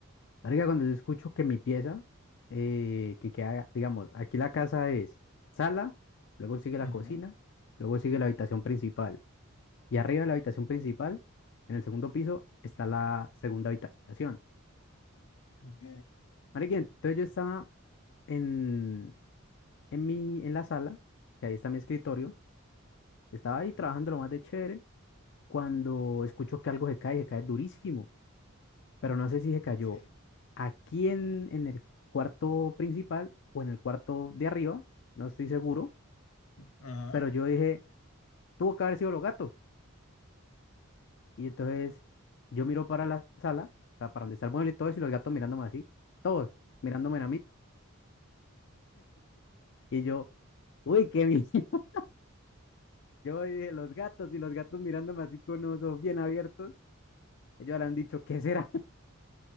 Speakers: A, on the left; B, on the left.
A: Marica, cuando yo escucho que mi pieza, eh, que queda, digamos, aquí la casa es sala, luego sigue la
B: ujú,
A: cocina, luego sigue la habitación principal. Y arriba de la habitación principal, en el segundo piso, está la segunda habitación.
B: Ok,
A: Marica, entonces yo estaba en, en mi, en la sala, que ahí está mi escritorio, estaba ahí trabajando lo más de chévere, cuando escucho que algo se cae, se cae durísimo. pero no sé si se cayó
B: ok.
A: aquí en, en el cuarto principal o en el cuarto de arriba, no estoy seguro,
B: Ajá,
A: pero yo dije, tuvo que haber sido los gatos. Y entonces yo miro para la sala, o sea, para donde está el mueble y todo eso, y los gatos mirándome así, todos mirándome a mí, y yo, uy, qué mi... <laughs> Yo dije, los gatos y los gatos mirándome así con los ojos bien abiertos, ellos le han dicho, ¿qué será?